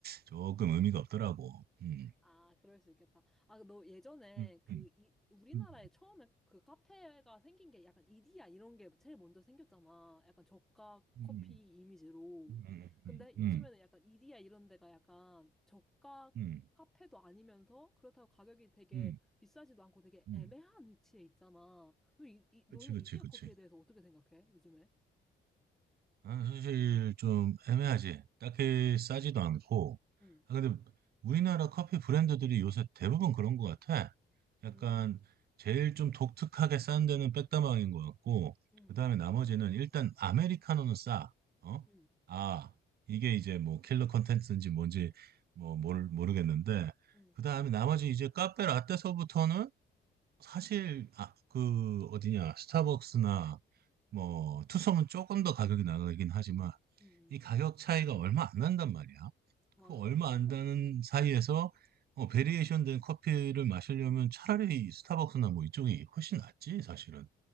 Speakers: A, on the right; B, in the centre.
A: 조금 의미가 없더라고. 음.
B: 아, 그럴 수 있겠다. 아, 너 예전에
A: 음.
B: 그, 이,
A: 음.
B: 우리나라에 처음에 그 카페가 생긴 게 약간 이디야 이런 게 제일 먼저 생겼잖아. 약간 저가
A: 음.
B: 커피 이미지로.
A: 음. 음. 음.
B: 근데
A: 음.
B: 요즘에는
A: 음.
B: 약간 이디야 이런 데가 약간 저가
A: 음.
B: 카페도 아니면서 그렇다고 가격이 되게
A: 음.
B: 비싸지도 않고 되게
A: 음.
B: 애매한 위치에 있잖아. 너 이, 이- 너는
A: 그치, 그치,
B: 이디야
A: 그치.
B: 커피에 대해서 어떻게 생각해? 요즘에?
A: 아, 사실 좀 애매하지. 딱히 싸지도 않고.
B: 응,
A: 아, 근데 우리나라 커피 브랜드들이 요새 대부분 그런 것 같아.
B: 음,
A: 약간 제일 좀 독특하게 싼 데는 백다방인 것 같고,
B: 응,
A: 그 다음에 나머지는 일단 아메리카노는 싸. 어?
B: 응,
A: 아, 이게 이제 뭐 킬러 컨텐츠인지 뭔지 뭐 모르, 모르겠는데,
B: 응,
A: 그 다음에 나머지 이제 카페 라떼서부터는 사실 아, 그 어디냐 스타벅스나 뭐 투썸은 조금 더 가격이 나가긴 하지만
B: 응, 응.
A: 이 가격 차이가 얼마 안 난단 말이야.
B: 맞아,
A: 그 얼마
B: 그렇게 크진
A: 안 나는
B: 않지.
A: 사이에서 어, 베리에이션 된 커피를 마시려면 차라리 스타벅스나 뭐 이쪽이 훨씬 낫지 사실은.